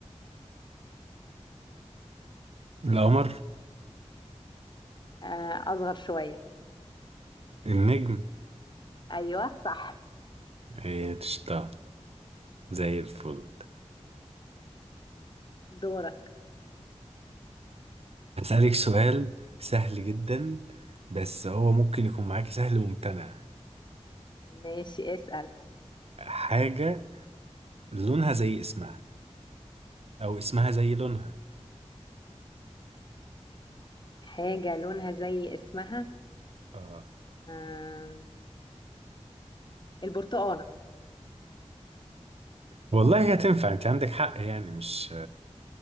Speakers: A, on the right (about 60°); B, on the left (about 40°).
A: القمر
B: آه أصغر شوية
A: النجم
B: أيوة صح
A: ايه تشتغل زي الفل
B: دورك
A: هسألك سؤال سهل جدا بس هو ممكن يكون معاكي سهل وممتنع
B: ماشي اسأل
A: حاجة لونها زي اسمها أو اسمها زي لونها
B: حاجة لونها زي اسمها
A: آه.
B: آه البرتقالة
A: والله هي تنفع أنت عندك حق يعني مش